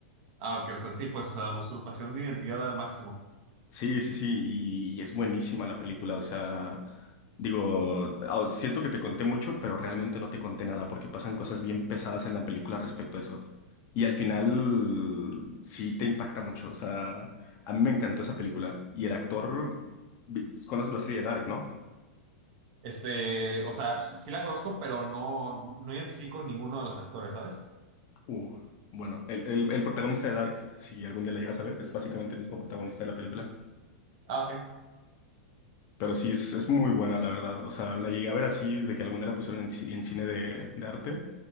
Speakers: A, on the right (about 45°); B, on the left (about 35°).
A: Ah, ok, o sea, sí, pues, o sea, usurpación de identidad al máximo.
B: Sí, sí, sí, y, y es buenísima la película, o sea, digo, ah, siento que te conté mucho, pero realmente no te conté nada porque pasan cosas bien pesadas en la película respecto a eso. Y al final sí te impacta mucho, o sea, a mí me encantó esa película. Y el actor, vi- conoces la serie de Dark, ¿no?
A: Este, o sea, sí, sí la conozco, pero no, no identifico ninguno de los actores, ¿sabes?
B: Uh, bueno, el, el- el protagonista de Dark, si algún día la llegas a ver, es básicamente el mismo protagonista de la película.
A: Ah, ok.
B: Pero sí, es, es muy buena, la verdad. O sea, la llegué a ver así de que algún día la pusieron en, ci- en cine de de arte.